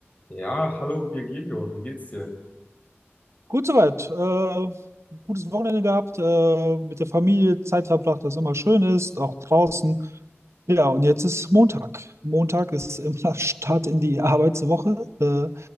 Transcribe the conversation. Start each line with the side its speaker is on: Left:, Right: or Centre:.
Left: Ja, hallo Virgilio, wie geht's dir?
Right: Gut soweit. Äh, gutes Wochenende gehabt, äh, mit der Familie Zeit verbracht, was immer schön ist, auch draußen. Ja, und jetzt ist Montag. Montag ist immer <laughs> Start in die Arbeitswoche. Äh,